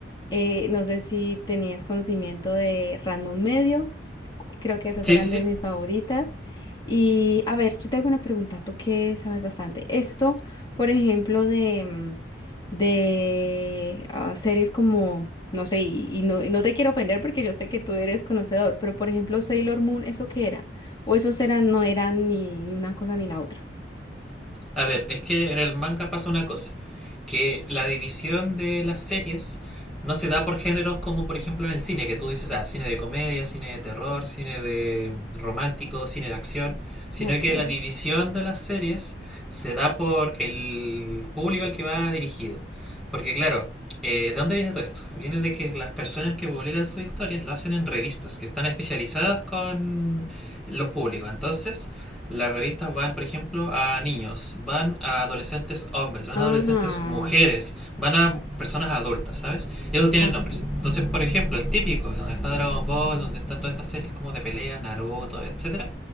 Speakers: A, on the left; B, in the centre.
A: Eh, no sé si tenías conocimiento de Ranma medio. Creo que esas
B: Sí,
A: eran
B: sí, sí.
A: de mis favoritas. Y a ver, yo tengo una pregunta, tú que sabes bastante. Esto, por ejemplo, de, mm, de ah, series como, no sé, y, y no, y no te quiero ofender porque yo sé que tú eres conocedor, pero por ejemplo, Sailor Moon, ¿eso qué era? ¿O esos eran, no eran ni, ni una cosa ni la otra?
B: A ver, es que en el manga pasa una cosa, que la división de las series no se da por géneros como por ejemplo en el cine, que tú dices, ah, cine de comedia, cine de terror, cine de romántico, cine de acción, sino
A: okay
B: que la división de las series se da por el público al que va dirigido. Porque claro, eh, ¿de dónde viene todo esto? Viene de que las personas que publican sus historias lo hacen en revistas, que están especializadas con los públicos. Entonces, las revistas van, por ejemplo, a niños, van a adolescentes hombres, van
A: Ah,
B: a adolescentes mujeres, van a personas adultas, ¿sabes? Y eso tienen
A: okay
B: nombres. Entonces, por ejemplo, el típico, donde está Dragon Ball, donde están todas estas series como de pelea, Naruto, etcétera,